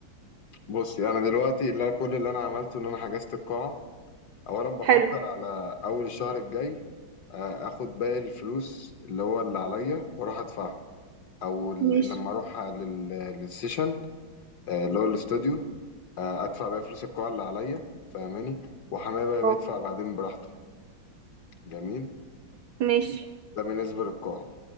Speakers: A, on the left; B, on the right.
A: بصي انا دلوقتي اللي أنا- كل اللي انا عملته ان انا حجزت القاعه اولا بفكر
B: حلو
A: على اول الشهر الجاي آه، اخد باقي الفلوس اللي هو اللي عليا واروح ادفعهم او ال-
B: ماشي
A: لما اروح لل- للسيشن آه، اللي هو الاستوديو آه، ادفع بقى فلوس القاعه اللي عليا فاهماني وحماية بقى بيدفع
B: اه
A: بعدين براحته جميل
B: ماشي
A: ده بالنسبة للقاعة